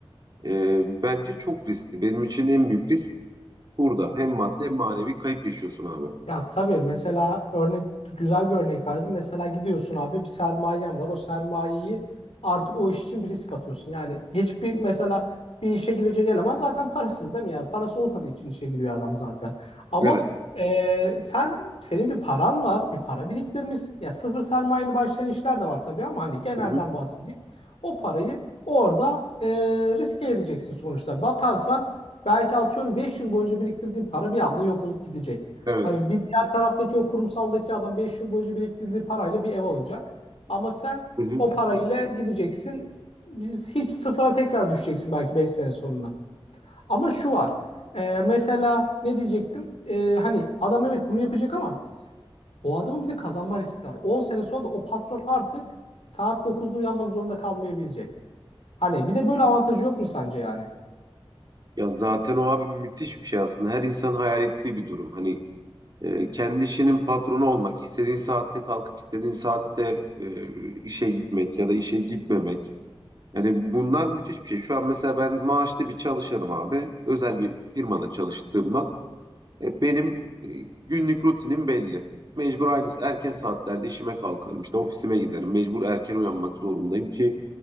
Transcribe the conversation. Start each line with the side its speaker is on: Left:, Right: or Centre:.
Right: e, bence çok riskli. Benim için en büyük risk burada. Hem maddi hem manevi kayıp yaşıyorsun abi.
Left: Ya tabii mesela örnek güzel bir örnek verdim. Mesela gidiyorsun abi bir sermayen var. O sermayeyi artık o iş için bir risk atıyorsun. Yani hiçbir mesela bir işe girecek eleman zaten parasız değil mi? Yani parası olmadığı için işe giriyor adam zaten. Ama
Right: Evet.
Left: e, sen senin bir paran var, bir para biriktirmişsin. Ya sıfır sermayeli başlayan işler de var tabii ama hani genelden
Right: Hı hı.
Left: bahsedeyim. O parayı orada e, riske edeceksin sonuçta. Batarsan belki atıyorum 5 yıl boyunca biriktirdiğin para bir anda yok olup gidecek.
Right: Evet.
Left: Hani bir diğer taraftaki o kurumsaldaki adam 5 yıl boyunca biriktirdiği parayla bir ev alacak. Ama sen
Right: Hı hı.
Left: o parayla gideceksin. Biz hiç sıfıra tekrar düşeceksin belki 5 sene sonuna. Ama şu var. e, mesela ne diyecektim? E, hani adam evet bunu yapacak ama o adamın bir de kazanma riski var. 10 sene sonra da o patron artık saat 9'da uyanmak zorunda kalmayabilecek. Hani bir de böyle avantajı yok mu sence yani?
Right: Ya zaten o abi müthiş bir şey aslında. Her insan hayal ettiği bir durum. Hani E, kendi işinin patronu olmak, istediğin saatte kalkıp istediğin saatte e, işe gitmek ya da işe gitmemek. Yani bunlar müthiş bir şey. Şu an mesela ben maaşlı bir çalışanım abi. Özel bir firmada çalıştığımdan. E, benim e, günlük rutinim belli. Mecbur aynı erken saatlerde işime kalkarım. İşte ofisime giderim. Mecbur erken uyanmak zorundayım ki